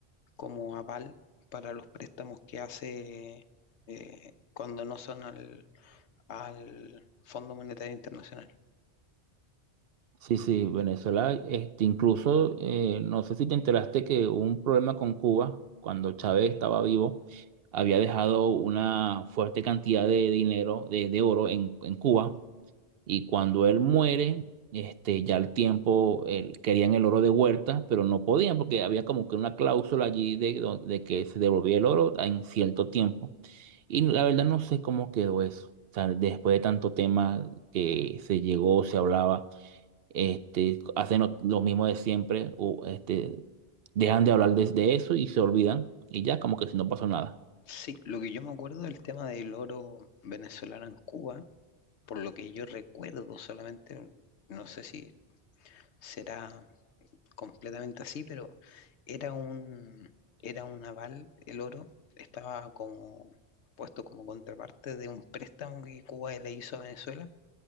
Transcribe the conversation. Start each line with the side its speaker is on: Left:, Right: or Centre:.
Left: como aval para los préstamos que hace eh, cuando no son al, al Fondo Monetario Internacional.
Right: Sí, sí, Venezuela, este, incluso, eh, no sé si te enteraste que hubo un problema con Cuba cuando Chávez estaba vivo, había dejado una fuerte cantidad de dinero, de, de oro en, en Cuba, y cuando él muere, este, ya al tiempo él- querían el oro de vuelta, pero no podían porque había como que una cláusula allí de, don- de que se devolvía el oro en cierto tiempo. Y la verdad no sé cómo quedó eso, o sea, después de tanto tema que se llegó, se hablaba este, hacen lo, lo mismo de siempre, o este, dejan de hablar de, de eso y se olvidan, y ya como que si no pasó nada.
Left: Sí, lo que yo me acuerdo del tema del oro venezolano en Cuba, por lo que yo recuerdo solamente, no sé si será completamente así, pero era un, era un aval, el oro estaba como puesto como contraparte de un préstamo que Cuba le hizo a Venezuela